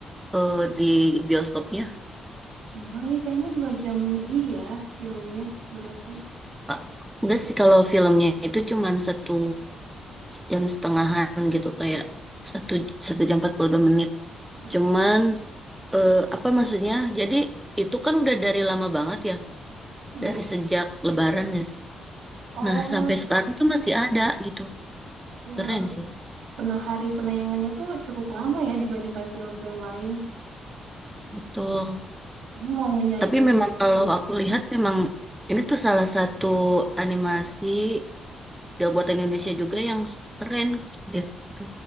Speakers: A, in the centre; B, on the right.
A: eh, di bioskopnya.
B: Nih lagi kayaknya dua jam lebih ya filmnya durasi.
A: Pak. Enggak sih kalau filmnya itu cuman satu jam setengahan gitu kayak satu satu jam 42 menit.
B: Mm-mm.
A: Cuman eh, apa maksudnya? Jadi itu kan udah dari lama banget ya,
B: Ya.
A: dari sejak Lebaran gak sih?
B: Oh,
A: Nah sampai sekarang tuh masih ada gitu.
B: ya
A: Keren sih,
B: pernah hari penayangannya tuh cukup lama ya dibandingkan film-film lain.
A: betul.
B: Kayaknya mau menyaingi.
A: Tapi memang kalau aku lihat memang ini tuh salah satu animasi. Model buatan Indonesia juga yang keren gitu.